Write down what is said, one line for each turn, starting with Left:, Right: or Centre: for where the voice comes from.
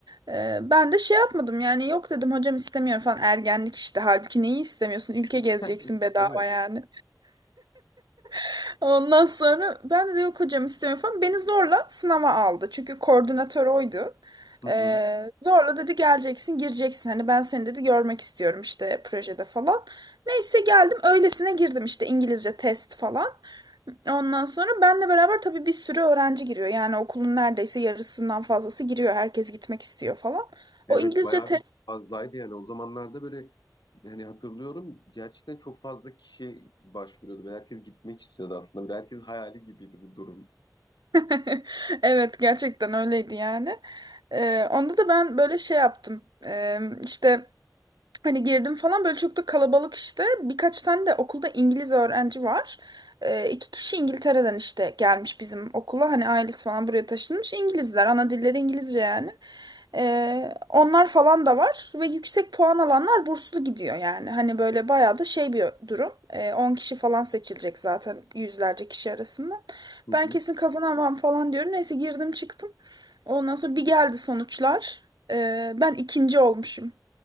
Right: Ee, ben de şey yapmadım yani yok dedim hocam istemiyorum falan ergenlik işte halbuki neyi istemiyorsun ülke
Left: <laughs>
Right: gezeceksin bedava
Left: Evet.
Right: yani. <laughs> Ondan sonra ben de yok hocam istemiyorum falan beni zorla sınava aldı çünkü koordinatör oydu.
Left: Hı hı.
Right: Ee, zorla dedi geleceksin gireceksin hani ben seni dedi görmek istiyorum işte projede falan. Neyse geldim öylesine girdim işte İngilizce test falan. Ondan sonra benle beraber tabii bir sürü öğrenci giriyor. Yani okulun neredeyse yarısından fazlası giriyor. Herkes gitmek istiyor falan.
Left: Evet
Right: O İngilizce
Left: bayağı
Right: test
Left: bir fazlaydı yani o zamanlarda böyle hani hatırlıyorum gerçekten çok fazla kişi başvuruyordu ve herkes gitmek istiyordu aslında. Böyle herkes hayali gibiydi bu durum.
Right: <laughs> evet gerçekten öyleydi yani. Ee, onda da ben böyle şey yaptım. Ee, işte Hani girdim falan böyle çok da kalabalık işte. Birkaç tane de okulda İngiliz öğrenci var. Ee, iki kişi İngiltere'den işte gelmiş bizim okula. Hani ailesi falan buraya taşınmış. İngilizler. Ana dilleri İngilizce yani. Ee, onlar falan da var. Ve yüksek puan alanlar burslu gidiyor yani. Hani böyle bayağı da şey bir durum. Ee, 10 kişi falan seçilecek zaten yüzlerce kişi arasından.
Left: Hı hı.
Right: Ben kesin kazanamam falan diyorum. Neyse girdim çıktım. Ondan sonra bir geldi sonuçlar. Ee, ben ikinci olmuşum.